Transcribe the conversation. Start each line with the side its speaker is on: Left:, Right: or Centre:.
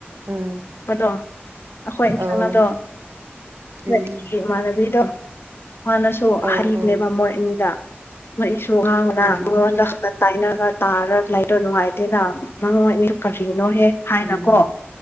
Right: ꯎꯝ
Left: ꯃꯗꯣ ꯑꯩꯈꯣꯏ
Right: ꯑꯧ
Left: <inaudible> ꯕꯗꯣ ꯑꯩꯈꯣꯏꯒꯤ
Right: ꯎꯝ
Left: ꯏꯃꯥꯟꯅꯕꯤꯗꯣ ꯃꯥꯅꯁꯨ
Right: ꯑꯧ
Left: ꯍꯩꯕꯅꯦꯕ
Right: ꯑꯧ
Left: ꯃꯣꯏ ꯑꯅꯤꯗ ꯅꯣꯏ ꯑꯩꯁꯨ ꯑꯉꯥꯡꯅ
Right: ꯑꯧ
Left: ꯃꯉꯣꯟꯗ ꯍꯪ ꯇꯥꯏꯅꯔ ꯇꯥꯔꯒ ꯂꯩꯗꯣ ꯅꯨꯡꯉꯥꯏꯇꯦꯅ ꯅꯪ ꯃꯣꯏ ꯑꯅꯤꯗꯣ ꯀꯔꯤꯅꯣꯍꯦ ꯍꯥꯏꯅꯀꯣ
Right: ꯎꯝ